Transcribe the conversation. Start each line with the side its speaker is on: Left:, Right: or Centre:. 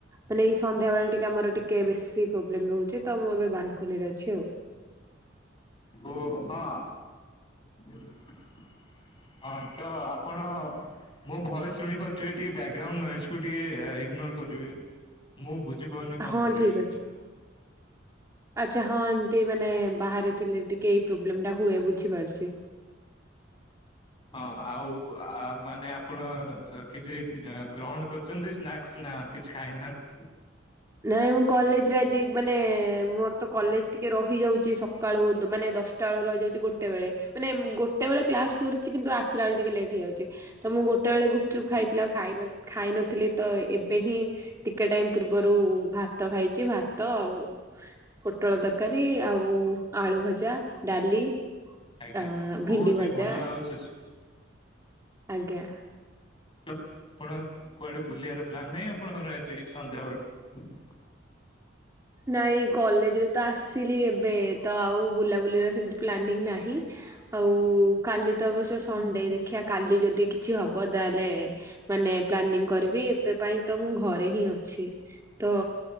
Right: ମାନେ ଏଇ ସନ୍ଧ୍ୟାବେଳେ ଟିକେ ଆମର ଟିକେ ବେଶୀ ପ୍ରୋବ୍ଲେମ ରହୁଚି ତ ମୁଁ ଏବେ <unintelligible> ଅଛି ଆଉ।
Left: ଓ ହଁ ହଁ ତ ଆ ଆପଣ ମୋ ଭଏସ ଶୁଣି ପାରୁଥିବେ ଟିକେ ବ୍ୟା ଗ୍ରାଉଣ୍ଡ ନଏଜକୁୁ ଟିକେ ଇଗ୍ନୋର କରିବେ ମୁଁ ବୁଝିି କହନି କଣ
Right: ହଁ ହଁ
Left: କରିବି
Right: ଠିକ
Left: ଏଥିରେ
Right: ଅଛି ଆଚ୍ଛା ହଁ ଏମତି ମାନେ ବାହାରେ ଥିଲେ ଟିକେ ଏଇ ପ୍ରୋବ୍ଲେମ ଟା ହୁଏ ବୁଝିପାରୁଚି।
Left: ହଁ ଆଉ ଆ ମାନେ ଆ ଆପଣ କିଛି ଗ୍ରହଣ କରୁଛନ୍ତି ସ୍ନାସ୍ ନା କିଛି ଖାଇନାହାନ୍ତି।
Right: ନାଇଁ ମୁଁ କଲେଜରେ ଆଜି ମାନେ ମୋର ତ କଲେଜ ଟିକେ ରହିଯାଉଛି ସକାଳୁ ମାନେ ଦଶଟା ବେଳୁ ରହିଯାଉଛି ଗୋଟେ ବେଳେ ମାନେ ଗୋ କେତେବେଳେ କ୍ଲାସ୍
Left: ହଁ
Right: ସରୁ ଛି କିନ୍ତୁ ଆସିଲା ବେଳେ ଟିକେ ଲେଟ୍ଇଯାଉଛି ତ ମୁଁ ଗୋଟେ ବେଳେ ଗୁପଚୁପ ଖାଇଥିଲ ଆଉ ଖାଇନି। ଖାଇ ନଥିଲି ତ ଏବେ ହିଁ ଟିକେ ଟାଇମ ପୂର୍ବ ପୂର୍ବରୁ ଭାତ ଖାଇଛି ଭାତ ଆଉ ପୋଟଳ ତରକାରୀ ଆଉ ଆଳୁଭଜା। ଭଜା ଡାଲି।
Left: ଆଜ୍ଞା
Right: ଅ ଭେଣ୍ଡି
Left: ବହୁତ ହିଁ
Right: ଭଜା
Left: ଭଲ ଆଉ ସୁସ
Right: ଆଜ୍ଞା।
Left: ଆପଣ କୁଆଡେ ବୁଲିବାର ପ୍ଲାନ ନାହିଁ ଆପଣଙ୍କର ଆଜି ସନ୍ଧ୍ୟା ବେଳେ?
Right: ନାଇଁ କଲେଜ ରୁ ତ ଆସିଲି ଏବେ ତ ଆଉ ବୁଲାବୁଲିର ସେମିତି ପ୍ଲାନିଂ ନାହିଁ। ଆଉ କାଲି ତ ଅବଶ୍ୟ ସଣ୍ଡେ ଦେଖିବା କାଲି ଯଦି କିଛି ହବ ତାହେଲେ ମାନେ ପ୍ଲାନିଂ କରିବି ଏବେ ପାଇଁ ତ ମୁଁ ଘରେ ହିଁ ଅଛି ତ